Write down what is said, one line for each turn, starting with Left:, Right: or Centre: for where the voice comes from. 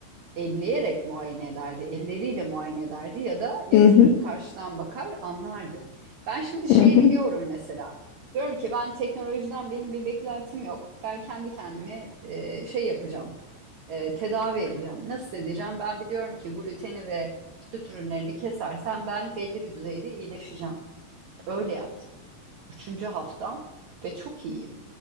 Right: elleyerek muayene ederdi. Elleriyle muayene ederdi ya da yatırır
Left: Hı hı.
Right: karşıdan bakar anlardı. Ben şimdi şeyi
Left: Hı hı.
Right: biliyorum mesela. Diyorum ki ben teknolojiden benim bir beklentim yok. Ben kendi kendime e, şey yapacağım. e, tedavi edeceğim. Nasıl edeceğim? Ben biliyorum ki gluteni ve süt ürünlerini kesersem ben belli bir düzeyde iyileşeceğim. Öyle yaptım. Üçüncü haftam ve çok iyiyim.